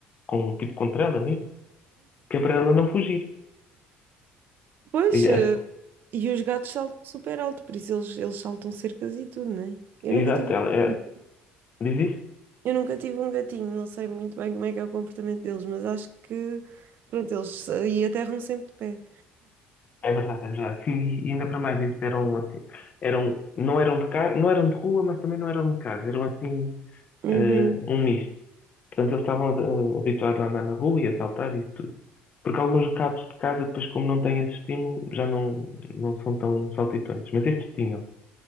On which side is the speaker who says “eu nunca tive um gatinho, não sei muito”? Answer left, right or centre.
Right